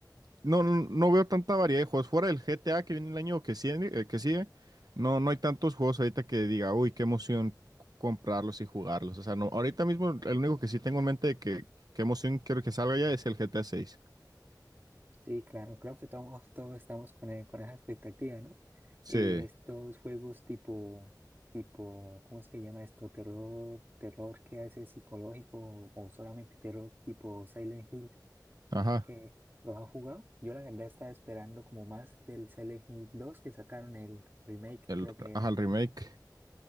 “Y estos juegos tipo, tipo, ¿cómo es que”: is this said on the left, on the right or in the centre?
Right